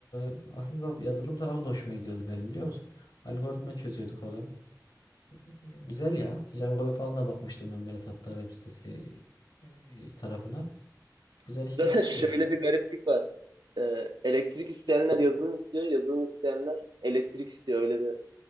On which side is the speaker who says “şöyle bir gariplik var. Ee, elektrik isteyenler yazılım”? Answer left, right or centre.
Right